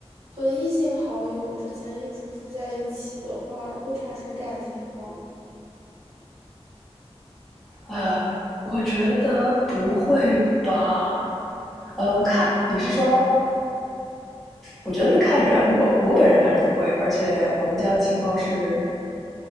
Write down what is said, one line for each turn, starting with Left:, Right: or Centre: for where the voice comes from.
Right: 和异性好友之间一直住在一起的话，会产生感情吗？
Centre: 呃，我觉得不会吧？呃，看你是说，我觉得是看人，我我本人反正不会，而且我们家的情况是，